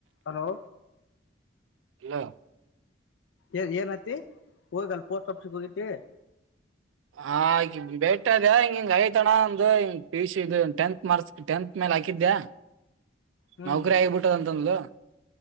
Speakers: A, on the left (about 75°); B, on the right (about 85°).
A: Hello
B: hello
A: ಏ ಏನತಿ ಹೋಗಲ್ ಪೋಸ್ಟ್ ಆಫೀಸಗೆ ಹೋಗಿತಿ
B: ಹ ಬೇಟ ಹಿಂಗ ಹಿಂಗ್ ಐ್ತಣ ಒಂದು ಹಂಗ್ P U C tenth marks tenth ಮೇಲೆ ಹಾಕಿದ್ದ್ಯಾ
A: ಹ್ಮ್
B: ನೌಕರಿ ಆಗಿಬಿಟ್ಟದಂತಂದವಾ